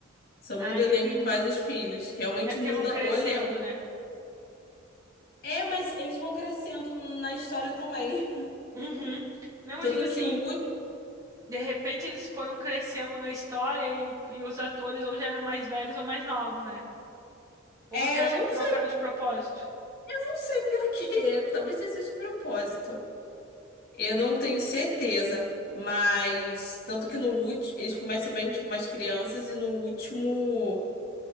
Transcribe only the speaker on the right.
Ah,
entendi.
É porque
vão crescendo,
né?
Uhum. Não,
eu digo assim,
de repente eles foram crescendo na história e, o- e os atores ou já eram mais velhos ou mais novos, né?
Ou você acha
que
trocaram de propósito?